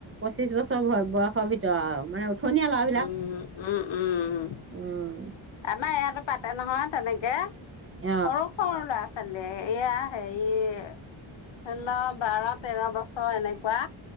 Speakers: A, on the right (about 30°); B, on the left (about 65°).
A: পঁচিশ বছৰ বয়সৰ ভিতৰত আৰু মানে উঠনীয়া ল'ৰাবিলাক
B: উম- উম-উম-উম
A: উম
B: আমাৰ ই পাতে নহয় তেনেকে
A: অ
B: সৰু সৰু ল'ৰা এয়া হেৰি ধৰি লও বাৰ, তেৰ বছৰ এনেকুৱা